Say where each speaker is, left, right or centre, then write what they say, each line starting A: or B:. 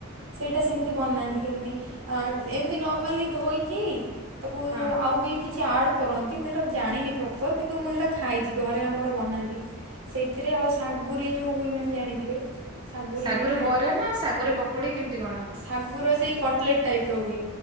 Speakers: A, on the right; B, on the right.
A: ସେଇଟା ସେମିତି ବନାନ୍ତି କେମିତି ଏମିତି ନର୍ମାଲି ଧୋଇକି ତାକୁ
B: ହଁ।
A: ଆଉ ବି କିଛି ଆଡ଼୍ କରନ୍ତି ମୁଁ ସେଇଟା ଜାଣିନି ପ୍ରପର କିନ୍ତୁ ମୁଁ ସେଇଟା ଖାଇଛି ଘରେ ଆମର ବନାନ୍ତି। ସେଇଥିରେ ଆଉ ଶାଗୁରେ ଯୋଉ ହୁଏ ମ ଆମ ଜାଣିଥିବେ। ଶାଗୁରେ
B: ସାଗୁରେ
A: ବି
B: ରେ ବରା ନା ଶାଗୁରେ ପକୁୋଡ କେମିତି କଣ?
A: ଶାଗୁରେ ସେଇ କଟଲେଟ୍ ଟାଇପ୍ର ହୁଏ